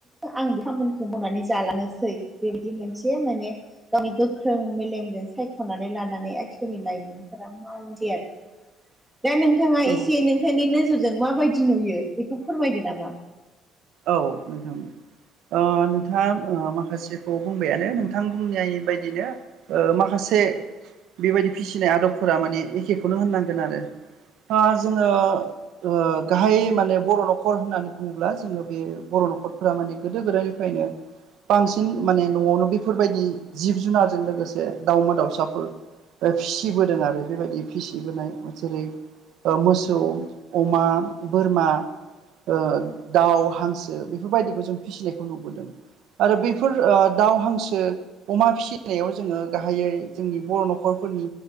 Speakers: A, in the centre; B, on the right.
A: आं बे खामानिखौ मावनानै जालांनोसै बेबायदि मोनसे माने गावनि गोख्रों मेलेमजों सायख'नानै लानानै आथिखालनि लाइमोनफोरा मावोसै आरो। दा नोंथाङा
B: औ
A: एसे नोंथांनि नोजोरजों माबायदि नुयो बेखौ फोरमायदो नामा?
B: औ नोंथां ओ नोंथाङा ओ माखासेखौ बुंबायानो नोंथां बुंनाय बायदिनो ओ माखासे बेबायदि फिसिनाय आदबफोरा माने एखेखौनो होननांगोन आरो ओ जोङो ओ गाहाय माने बर' न'खर होननानै बुङोब्ला जोङो बे बर' न'खरफोरा माने गोदो गोदायनिफ्रायनो बांसिन माने न'आवनो बेफोरबायदि जिब जुनारजों लोगोसे दाउमा दाउसाफोर ओ फिसिबोदों आरो बेबायदि फिसिबोनाय जेरै ओ मोसौ अमा बोरमा ओ दाउ हांसो बेफोर बायदिखौ जों फिसिनायखौ नुबोदों आरो बेफोर ओ दाउ हांसो ओ अमा फिसि नायाव जोङो गाहायै जोंनि बर' न'खरफोरनि